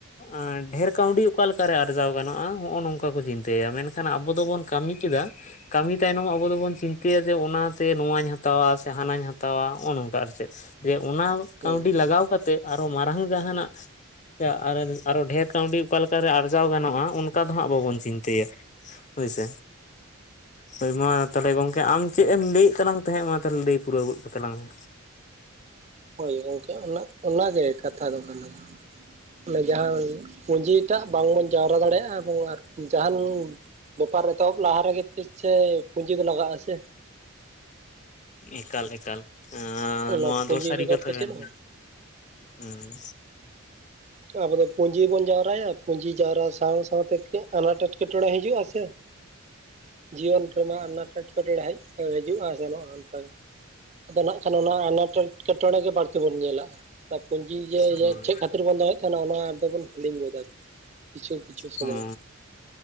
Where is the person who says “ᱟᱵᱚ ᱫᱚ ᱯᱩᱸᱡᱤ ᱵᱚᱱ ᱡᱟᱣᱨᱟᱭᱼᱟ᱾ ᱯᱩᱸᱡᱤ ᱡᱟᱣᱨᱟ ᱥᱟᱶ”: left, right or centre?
Right